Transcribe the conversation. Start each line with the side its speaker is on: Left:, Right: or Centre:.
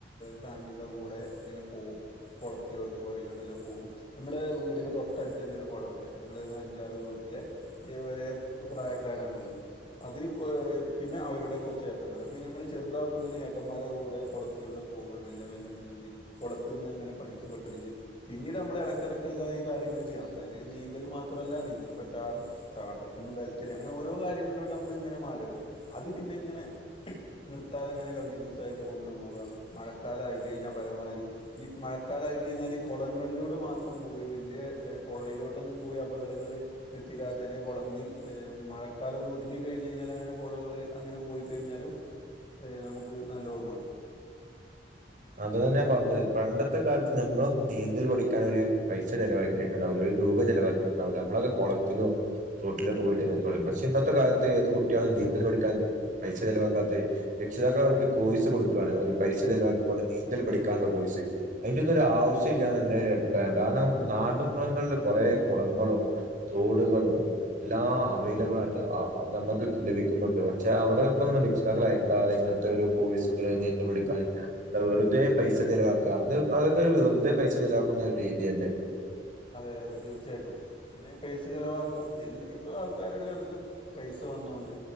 Left: ഫാമിലിയുടെ കൂടെ ഇങ്ങനെ പോകവും കുളത്തിലോട്ട് പോയി എല്ലാം പോകും നമ്മള് വീട്ടിന്റെ തൊട്ടടുത്ത് തന്നെ ഒരു കുളമുണ്ട് ഞങ്ങൾ അഞ്ചാറ് വീട്ടിലെ ഏ പ്രായക്കാരാണ് ഉള്ളത് അതിൽ പിന്നെ അവരുടെ കുറച്ച് ചേട്ടന്മാര് പിന്നെ ഞങ്ങ ചെറുതാകുമ്പോ തന്നെ ഏട്ടന്മാരുടെ കൂടെ കുളത്തിലൂടെ പോകാം മെല്ലെ മെല്ലെ നീന്തി കുളത്തി നിന്ന് അങ്ങനെ പഠിച്ചു പിന്നീട് നമ്മൾ ഇടക്കിടക്കെല്ല ഈ കാര്യങ്ങൾ ചെയ്യാം അന്നെ നീന്തല് മാത്രല്ല നീന്തുമ്പം ചാടാം ചാട്ടത്തിന്ന് ബെൽറ്റ് അങ്ങനെ ഓരോ കാര്യങ്ങളിലോട്ട് നമ്മൾ ഇങ്ങനെ മാറുകയാണ് അത് പിന്നെ ഇങ്ങനെ നിർത്താതെ ഇങ്ങനെ കണ്ടിന്യൂസ് ആയിട്ട് കൊണ്ടു പോവുക മഴക്കാലായിക്കഴിഞ്ഞാൽ പരമാവധി മഴക്കാലായി കഴിഞ്ഞാൽ കുളങ്ങളിലോട് മാത്രം പോയി വലിയ പുഴയിലോട്ടൊന്നും പോയി അപകടങ്ങൾ സൃഷ്ടിക്കാ തന്നെ കുളഞ്ഞ് മഴക്കാലം ഒന്ന് ഒതുങ്ങി കഴിഞ്ഞാൽ അങ്ങനെ പുഴകള് അങ്ങനെ പോയി കഴിഞ്ഞാലും നമുക്ക് നല്ല ഓർമ്മയ
Right: അത് തന്നെ പറഞ്ഞത് പണ്ടത്തെ കാലത്ത് നമ്മളും നീന്തൽ പഠിക്കാൻ ഒരു പൈസ ചെലവാക്കിയിട്ടുണ്ടാവല്ലോ രൂപ ചെലവാക്കിണ്ടാവൂല്ല നമ്മളത് കുളത്തിലോ തോട്ടിലൊക്കെ പോയിട്ട് ന തുടങ്ങി പക്ഷെ ഇന്നത്തെ കാലത്ത് ഏത് കുട്ടിയാണ് നീന്തൽ പഠിക്കാൻ പൈസ ചിലവാക്കാത്ത രക്ഷിതാക്ക അവർക്ക് കോയ്സ് കൊടുക്കയാണ് അവര് പൈസ ചിലവാക്കി പോണ്ട് നീന്തൽ പഠിക്കാനുള്ള പോസ് അതിന്റെ ഇതൊ ഒരു ആവശ്യമില്ലന്ന് എന്റെ അഭിപ്രായം കാരണം നാടുുഗങ്ങളിൽ കുറേ കുളങ്ങളും തോടുകളും എല്ലാം അവൈലബിൾ ആയിട്ട് നമുക്ക് ലഭിക്ക ുന്നുണ്ട് പക്ഷെ അവരെ ഇപ്പൊ രക്ഷിതാക്കൾ അയക്കാതെ ഇങ്ങനത്തെ ഒരു പോ വിളിക്കാൻ അ വെറുതെ പൈസ ചെിലവാക്കുക അ അതൊക്കെ വെറുതെ പൈസ ചിലവാക്കുന്ന രീതിയല്ലേ
Left: അതെ അതെ തീർച്ചയായിട്ടും അങ്ങനെ പൈസ ചിലവാക്ക എല്ലാ ഇപ്പൊ ആൾക്കാരുടെ അടുത്ത് പൈസ തോന്നണ്ട്